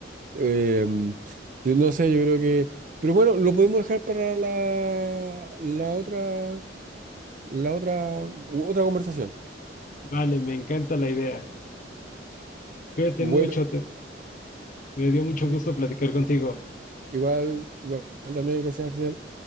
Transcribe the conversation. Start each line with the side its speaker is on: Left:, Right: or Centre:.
Right: em, yo no sé, yo creo que... Pero bueno, lo podemos dejar para la, la otra... la otra, u- otra conversación.
Left: Vale, me encanta la idea. Cuídate
Right: Bueno,
Left: mucho, te- me dio mucho
Right: i-
Left: gusto platicar contigo.
Right: igual, igual también, gracias, Axel.